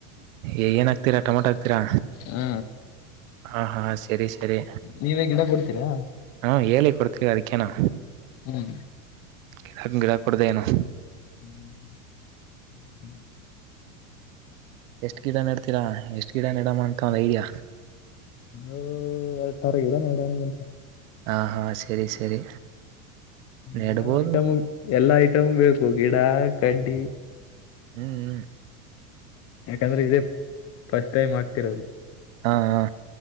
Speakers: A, on the right (about 70°); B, on the left (about 35°).
A: ಏನಾಕ್ತೀರಾ ಟೊಮಟೊ ಹಕ್ತೀರಾ
B: ಹ
A: ಹ ಹಾ ಸರಿ ಸರಿ
B: ನೀವೇ ಗಿಡ ಕೊಡ್ತೀರಾ
A: ಹಾ ಹೇಳಿ ಕೊಡ್ತೀವಿ ಅದಕ್ಕೇನಾ
B: ಹ್ಮ್
A: ಗಿಡಾ ಗಿಡಾ ಕೊಡ್ದ ಏನ
B: ಹ್ಮ್ ಹ್ಮ್ ಹ್ಮ್
A: ಎಷ್ಟು ಗಿಡ ನಡ್ತೀರಾ ಎಷ್ಟ ಇಡನ್ ಇಡಮ ಅಂತ ಒಂದು ಐಡಿಯ
B: ಓ ಎರಡು ತರ ಗಿಡ ನೆಡುವ ಅಂತ
A: ಹಾ ಹಾ ಸರಿ ಸರಿ ನೆಡ್ಬೋದು
B: ಎಲ್ಲ ಐಟಮ್ ಎಲ್ಲಾ ಐಟಮ್ ಬೇಕು ಗಿಡ ಕಡ್ಡಿ
A: ಹ್ಮಞ್ಮ
B: ಯಾಕಂದ್ರೆ ಇದೇ ಫಸ್ಟ್ ಟೈಮ್ ಆಗ್ತಿರೋದು
A: ಹಾ ಹಾ